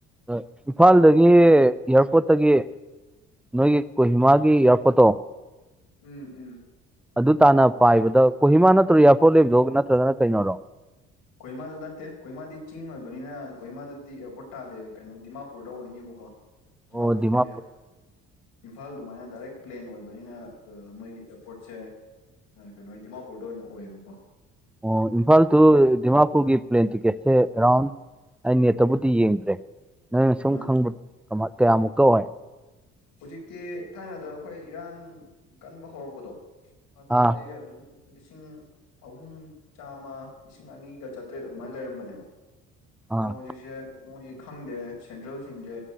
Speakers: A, in the centre; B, on the left.
A: ꯑꯗ ꯏꯝꯐꯥꯜꯗꯒꯤ ꯏꯌꯥꯔꯄꯣꯔꯠꯇꯒꯤ ꯅꯣꯏꯒꯤ ꯀꯣꯍꯤꯃꯥꯒꯤ ꯌꯥꯔꯛꯄꯣꯠꯇꯣ
B: ꯎꯝ ꯎꯝ
A: ꯑꯗꯨ ꯇꯥꯅ ꯄꯥꯏꯕꯗ ꯀꯣꯍꯤꯃꯥ ꯅꯠꯇ꯭ꯔꯣ ꯏꯌꯥꯔꯄꯣꯠ ꯂꯩꯕꯗꯣ ꯅꯠꯇ꯭ꯔꯒꯅ ꯀꯩꯅꯔꯣ
B: ꯑꯩꯈꯣꯏꯃꯥꯗ ꯅꯠꯇꯦ ꯑꯩꯈꯣꯏꯃꯥꯗꯤ ꯆꯤꯡ ꯑꯣꯏꯕꯅꯤꯅ ꯈꯣꯏꯃꯥꯗꯗꯤ ꯑꯦꯌꯥꯔꯄꯣꯔꯠ ꯇꯥꯗꯦ ꯀꯩꯅꯣ ꯗꯤꯃꯥꯄꯨꯔꯗ ꯑꯣꯏꯅꯤꯕꯣ ꯗꯤꯃꯥꯄꯨꯔꯗꯒꯤ
A: ꯑꯣ ꯗꯤꯃꯥꯄꯨꯔ
B: ꯏꯝꯐꯥꯜ ꯑꯗꯨꯃꯥꯏꯅ ꯗꯥꯏꯔꯦꯛ ꯄ꯭ꯂꯦꯟ ꯑꯣꯏꯕꯅꯤꯅ ꯃꯣꯏꯒꯤ ꯑꯦꯔꯄꯣꯔꯠꯁꯦ ꯀꯩꯅꯣ ꯗꯤꯃꯥꯄꯨꯔꯗ ꯑꯣꯏꯅ ꯑꯣꯏꯌꯦꯕꯀꯣ
A: ꯑꯣ ꯏꯝꯐꯥꯜ ꯇꯨ ꯗꯤꯃꯥ ꯄꯨꯒꯤ ꯄ꯭ꯂꯦꯟ ꯇꯤꯀꯦꯠꯁꯦ ꯑꯦꯔꯥꯎꯟ ꯑꯩ ꯅꯦꯠꯇꯕꯨꯗꯤ ꯌꯦꯡꯗ꯭ꯔꯦ ꯅꯪꯅ ꯁꯨꯝ
B: ꯑ
A: ꯈꯪꯕ ꯀꯌꯥꯃꯨꯛꯀ ꯑꯣꯏ
B: ꯍꯧꯖꯤꯛꯇꯤ ꯊꯥꯏꯅꯗ ꯑꯩꯈꯣꯏ ꯏꯔꯥꯡ ꯀꯟꯕ ꯍꯧꯔꯛꯄꯗꯣ ꯑꯗꯨꯗꯗꯤ
A: ꯑꯥ
B: ꯑꯗꯨꯝ ꯂꯤꯁꯤꯡ ꯑꯍꯨꯝ ꯆꯥꯝꯃ ꯂꯤꯁꯤꯡ ꯑꯅꯤꯒ ꯆꯥꯇ꯭ꯔꯦꯠ ꯑꯗꯨꯃꯥꯏꯅ ꯂꯩꯔꯝꯕꯅꯦꯕ
A: ꯑꯥ
B: ꯍꯧꯖꯤꯁꯤ ꯃꯣꯏ ꯈꯪꯗꯦ ꯁꯦꯟꯇ꯭ꯔꯦꯜꯁꯤꯡꯁꯦ